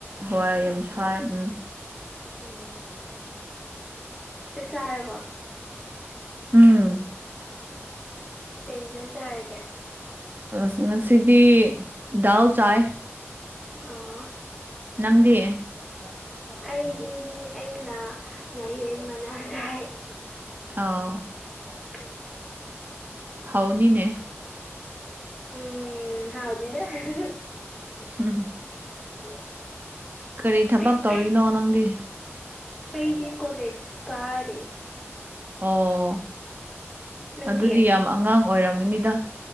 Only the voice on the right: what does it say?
ꯍꯣꯏ ꯌꯥꯝ ꯁꯥꯏ ꯎꯝ
ꯎꯝ
ꯑꯁ ꯉꯁꯤꯗꯤ ꯗꯥꯜ ꯆꯥꯏꯌꯦ
ꯅꯪꯗꯤ
ꯑꯣ
ꯍꯧꯅꯤꯅꯦ
ꯎꯝ ꯀꯔꯤ ꯊꯕꯛ ꯇꯧꯔꯤꯅꯣ ꯅꯪꯗꯤ
ꯑꯣ
ꯑꯗꯨꯗꯤ ꯌꯥꯝ ꯑꯉꯥꯡ ꯑꯣꯏꯔꯝꯒꯅꯤꯗ